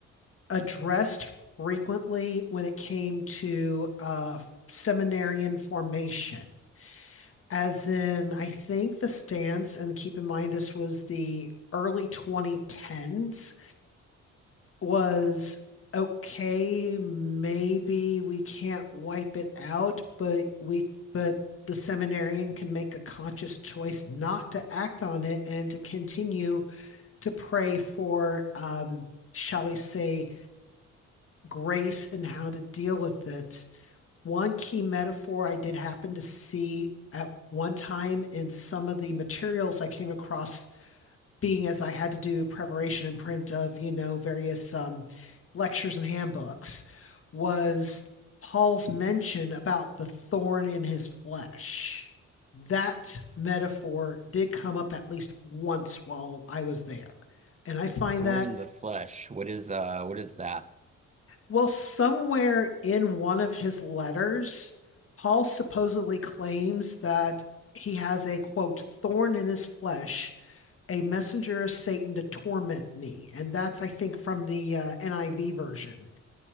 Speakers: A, on the left; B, on the right.
A: addressed frequently when it came to uh, seminarian formation. As in, I think the stance, and keep in mind this was the early 2010s, was okay, maybe we can't wipe it out, but we but the seminarian can make a conscious choice not to act on it and to continue to pray for um, shall we say grace in how to deal with it one key metaphor I did happen to see at one time in some of the materials I came across, being as I had to do preparation and print of, you know, various um, lectures and handbooks, was Paul's mention about the thorn in his flesh. That metaphor did come up at least once while I was there. And I find
B: Thorn
A: that
B: in the flesh. What is uh what is that?
A: Well, somewhere in one of his letters, Paul supposedly claims that he has a quote, thorn in his flesh, a messenger of Satan to torment me. And that's, I think, from the uh, NIV version.